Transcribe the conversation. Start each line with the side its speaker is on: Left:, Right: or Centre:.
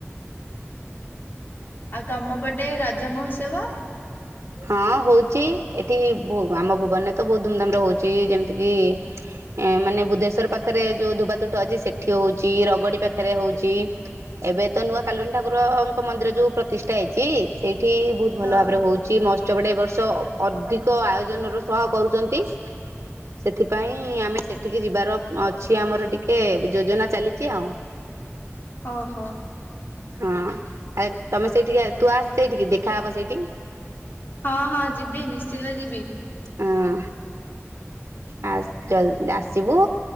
Left: ଆଉ ତମ ପଟେ ରଜ ମହୋତ୍ସବ।
Right: ହଁ ହଉଛି ଏଠି ଆମ ଭୁବନରେ ତ ବହୁତ ଧୁମଧାମ ରେ ହଉଛି ଯେମିତି କିି। ଏ ମାନେ ବୁଧେଶ୍ୱର ପାଖରେ ଯେଉଁ ଧୋବା ତୁଠ ଅଛି ସେଠି ହେଉଛି ରଗଡ଼ି ପାଖରେ ହେଉଛି। ଏବେ ତ ନୂଆ କାଳିୁଣୀ ଠାକୁରଙ୍କ ମନ୍ଦିର ଯୋଉ ପ୍ରତିଷ୍ଠା ହେଇଛି ସେଇଠି ବହୁତ
Left: ହଁ।
Right: ଭଲ ଭାବରେ ହଉ ଚି ମହୋତ୍ସବ ଟେ ଏ ବର୍ଷ ଅଧିକ ଆୟୋଜନର ସହ କରୁଛନ୍ତି। ସେଥିପାଇଁ ଆମେ ସେଠିକି ଯିବାର ଅଛି ଆମର ଟିକେ ଯୋଜନା ଚାଲିଛି ଆଉ।
Left: ଓହୋ।
Right: ହଁ ଆ ତମେ ସେଇଠିକ ତୁ ଆସ ସେଇଠିକି ଦେଖାହେବ ସେଇଠି।
Left: ହଁ ହଁ ଯିବି ନିଶ୍ଚିନ୍ତ ଯିବି।
Right: ହଁ ଆସ୍। ଜଲ ଆସିବୁ